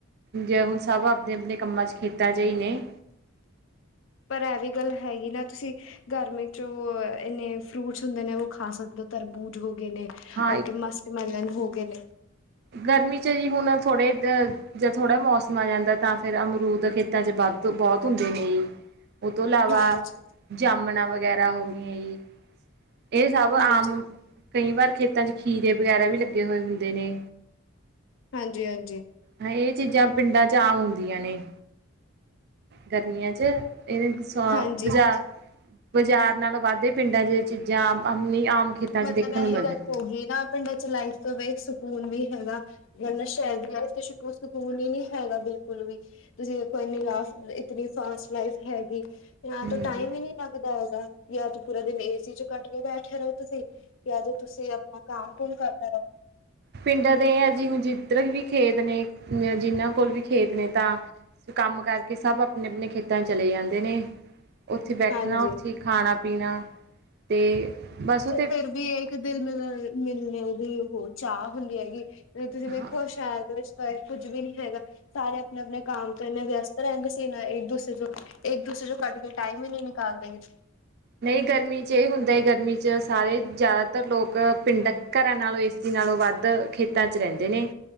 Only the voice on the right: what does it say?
ਜ ਹੁਣ ਸਭ ਆਪਣੇ-ਆਪਣੇ ਕੰਮਾਂ 'ਚ ਖੇਤਾਂ ਜੇ ਈ ਨੇ।
ਹਾਂ ਇੱਕ
ਗਰਮੀ 'ਚ ਜੀ ਹੁਣ ਥੋੜੇ ਜ ਥੋੜ੍ਹਾ ਮੌਸਮ ਆ ਜਾਂਦਾ ਤਾਂ ਫਿਰ ਅਮਰੂਦ ਖੇ ਖੇਤਾਂ 'ਚ ਵੱਧ ਬੋਤ ਹੁੰਦੇ ਨੇ ਜੀ। ਓ ਤੋਂ ਇਲਾਵਾ
ਜਾਮਣਾ ਵਗੈਰਾ ਹੋ ਗਈਆਂ ਜੀ। ਇਹ ਸਭ
ਆਮ ਕਈ ਵਾਰ ਖੇਤਾਂ 'ਚ ਖੀਰੇ ਵਗੈਰਾ ਵੀ ਲੱਗੇ ਹੋਏ ਹੁੰਦੇ ਨੇ।
ਹ ਇਹ ਚੀਜ਼ਾਂ ਪਿੰਡਾਂ 'ਚ ਆਮ ਹੋਗੀਆਂ ਨੇ ਗਰਮੀਆਂ 'ਚ ਇਹਨ ਸ
ਬਾਜ਼ਾਰ-ਬਾਜ਼ਾਰ ਨਾਲੋਂ ਵੱਧਦੇ ਪਿੰਡਾਂ 'ਚ ਚੀਜ਼ਾਂ ਆਪਣੀ ਆ ਆਮ ਖੇਤਾਂ
'ਚ ਦੇਖਣ
ਨੂੰ ਮਿਲ
ਜਾਂਦੀਆਂ
ਹਾਂਜੀ
ਪਿੰਡਾਂ ਦੇ ਹੈ ਜੀ ਹੁਣ ਜਿੱਧਰ ਵੀ ਖੇਤ ਨੇ ਜਿੰਨਾ ਕੋਲ ਵੀ ਖੇਤ ਨੇ ਤਾਂ ਕੰਮ ਕਰਕੇ ਸਭ ਆਪਣੇ-ਆਪਣੇ ਖੇਤਾਂ ਚਲੇ ਜਾਂਦੇ ਨੇ। ਉੱਥੇ ਬੈਠਣਾ
ਉੱਥੇ ਖਾਣਾ ਪੀਣਾ ਅਤੇ ਬਸ ਉੱਥੇ
ਹਾਂ
ਨਈ ਗਰਮੀ 'ਚ ਇਹ ਹੁੰਦਾ ਹੈ ਗਰਮੀ 'ਚ ਸਾਰੇ ਜ਼ਿਆਦਾਤਰ ਲੋਕ ਪਿੰਡ ਘਰਾਂ ਨਾਲੋਂ ਏਸੀ ਨਾਲੋਂ ਵੱਧ ਖੇਤਾਂ 'ਚ ਰੈਂਦੇ ਨੇ